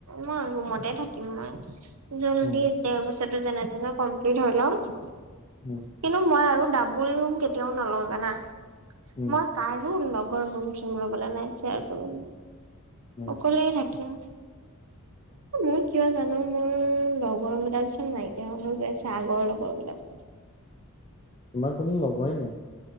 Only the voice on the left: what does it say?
উম
উম।
উম
উম,
<unintelligible>
তোমাৰ কোনো লগৰে নাই।